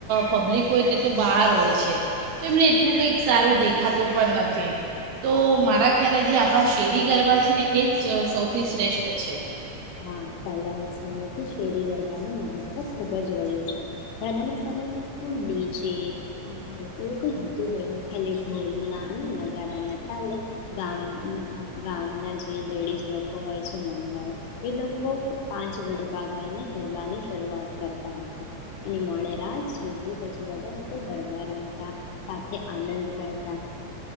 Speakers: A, on the right; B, on the left.
A: પબ્લિક હોય તે તો બહાર હોય છે, તો એમને એટલું કંઈક સારું દેખાતું પણ નથી. તો મારા ખ્યાલે જે આપણા શેરી ગરબા છે ને એ જ સૌથી શ્રેષ્ઠ છે.
B: હા, પહેલાના સમય થી શેરી ગર ગરબાનું મહત્વ ખુ ખૂબ જ રહ્યું છે. પહેલાના સમયમાં તો ડીજે એવું કઈ હતું, બન ખાલી ઢોલના અને નગારા ના તાલે ગામ ગામના જે લેડીઝ લોકો હોય છે, મહિલાઓ એ લોકો પાંચ ગરબા ગાઈને ગરબાની શરૂઆત કરતા હતા અને મોડે રાત સુધી પછી બધા લોકો ગરબા રમતા સાથે આનંદ કરતા.